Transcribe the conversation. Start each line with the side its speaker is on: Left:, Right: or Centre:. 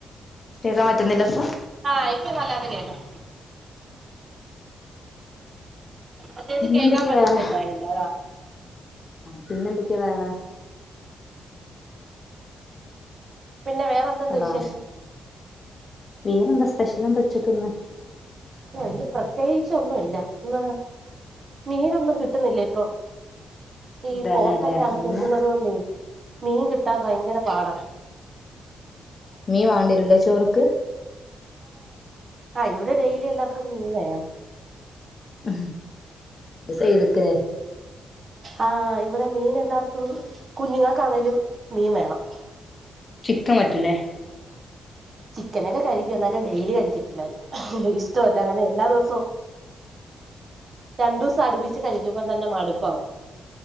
Left: കേൾക്കാൻ പറ്റുന്നില്ല ഇപ്പൊ
Right: ആ ഇപ്പൊ നല്ലയായിട്ട് കേൾക്കാം മറ്റേത്
Left: പിന്നെന്തൊക്കെയാ
Right: കേൾക്കാൻ പറ്റാനുണ്ടായില
Left: വേറെ
Right: അതാ
Left: പിന്നെന്തൊക്കെയാ വേറെ
Right: പിന്നെ വേറെന്തുണ്ട്
Left: ഹലോ
Right: വിശേഷം
Left: വേറെന്താ സ്പെഷ്യലെന്താ ഉച്ചക്കിന്ന്
Right: ഓ ഇന്ന് പ്രേതേകിച്ചൊന്നില്ല ഇന്ന് മീൻ ഒന്നും കിട്ടുന്നില്ല ഇപ്പം ഈ
Left: ബേലല്ലേ
Right: പോർട്ടൊക്കെ അടിച്ചേക്കുന്നതുക്കൊണ്ടേ
Left: മീന്
Right: മീൻ കിട്ടാൻ ഭയങ്കര പാട
Left: മീൻവേണ്ടിവരുല്ലേ ചോറിക്ക്
Right: ആ ഇവിടെ ഡെ ക്ക് മീൻ വേണം
Left: ഹം ഇത് ചെയ്തിക്കിണ്
Right: ആ ഇവിടെ മീൻ എല്ലാർ കുഞ്ഞിങ്ങക്കാണേലും മീൻ വേണം
Left: ചിക്കൻ പറ്റൂല്ലേ
Right: ചിക്കനൊക്കെ കഴിക്കും എന്നാലും ഡെയിലി കഴിക്കത്തില്ല അവര് <unintelligible> ഇഷ്ടവല്ല അങ്ങനെ എല്ലാദിവസവും രണ്ട് ദിവസം അടിപ്പിച്ചു കഴിക്കുമ്പോൾ തന്നെ മടുപ്പ് ആവും